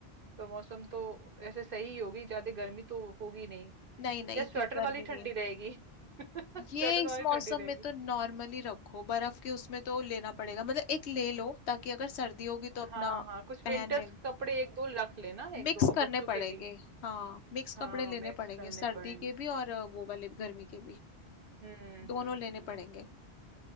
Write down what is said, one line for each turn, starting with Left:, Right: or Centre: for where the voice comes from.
Right: तो मौसम तो ऐसे सही ही होगी ज्यादा गर्मी तो होगी नहीं
Left: नहीं नहीं
Right: या
Left: इतनी
Right: स्वेटर
Left: गर्मी
Right: वाली
Left: नहीं
Right: ठंडी रहेगी <laughs> स्वेटर
Left: ये इस
Right: वाली
Left: मौसम
Right: ठंडी रहेगी
Left: में तो नॉर्मली रखो बर्फ के उसमें तो लेना पड़ेगा मतलब एक ले लो ताकि अगर सर्दी होगी तो अपना
Right: हाँ हाँ कुछ
Left: पहन
Right: विंटर्स
Left: लेंगे
Right: के कपड़े एक दो रख लेना एक
Left: मिक्स
Right: दो और
Left: करने
Right: बच्चों
Left: पड़ेंगे
Right: के भी
Left: हाँ मिक्स
Right: हाँ
Left: कपड़े लेने
Right: मिक्स
Left: पड़ेंगे
Right: करने
Left: सर्दी
Right: पड़ेंगे
Left: के भी और अ, वो वाले गर्मी के भी
Right: हम्म
Left: दोनों
Right: हम्म
Left: लेने
Right: हम्म
Left: पड़ेंगे